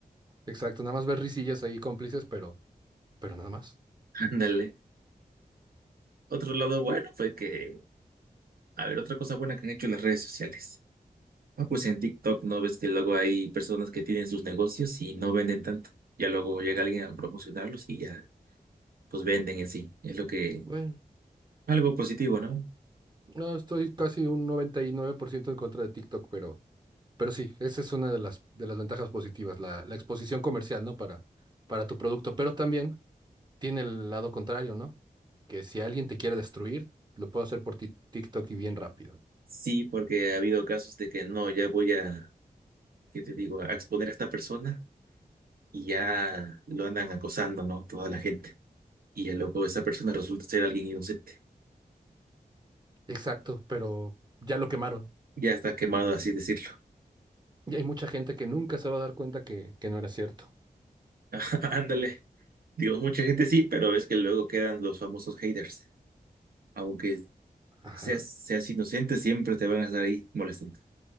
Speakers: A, on the right; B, on the right.
A: Exacto, nada más ver risillas ahí cómplices, pero, pero nada más.
B: <laughs> Ándale. Otro lado bueno fue que, a ver, otra cosa buena que han hecho las redes sociales. Ah, pues en TikTok no ves que luego hay personas que tienen sus negocios y no venden tanto. Ya luego llega alguien a promocionarlos y ya, pues venden en sí. Es lo que,
A: Bueno,
B: algo positivo, ¿no?
A: no, estoy casi un 99% en contra de TikTok, pero, pero sí, esa es una de las, de las ventajas positivas, la, la exposición comercial, ¿no? Para, para tu producto, pero también tiene el lado contrario, ¿no? Que si alguien te quiere destruir, lo puedo hacer por Tik- TikTok y bien rápido.
B: Sí, porque ha habido casos de que no, ya voy a, ¿qué te digo?, a exponer a esta persona y ya lo andan acosando, ¿no? Toda la gente. Y el loco, esa persona resulta ser alguien inocente.
A: Exacto, pero ya lo quemaron.
B: Ya está quemado, así decirlo.
A: Y hay mucha gente que nunca se va a dar cuenta que, que no era cierto.
B: <laughs> Ándale. Digo, mucha gente sí, pero ves que luego quedan los famosos haters. Aunque
A: Ajá.
B: seas, seas inocente, siempre te van a estar ahí molestando.